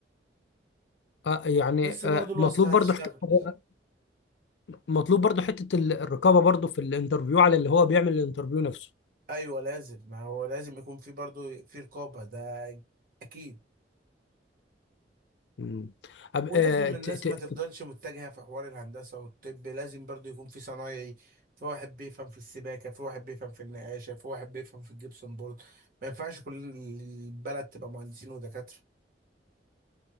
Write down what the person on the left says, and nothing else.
آه، يعني
آه،
مطلوب برضو
حكاية مطلوب برضو حتة ال- الرقابة برضو في الانترفيو على اللي هو بيعمل الانترفيو نفسه
مم. أب...
آه، ت...
ت...
ت-